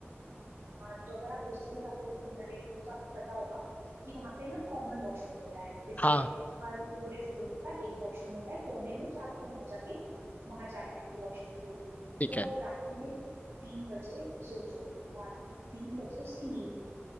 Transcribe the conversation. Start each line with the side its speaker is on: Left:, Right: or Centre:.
Right: हाँ तो अगर आप हॉस्टल में रहो रहे होंगे तो आपको पता होगा कि वहाँ पे ना कॉमन वॉशरूम होता है जैसे
Left: हाँ
Right: हर पूरे फ्लोर का एक वॉशरूम होता है कोने में कि आपको वहां जाके वहां जाना है आपको वॉशरूम के लिए
Left: ठीक
Right: तो
Left: है
Right: अब रात में तीन बजे सोचो रात में तीन बजे उसकी नींद खुली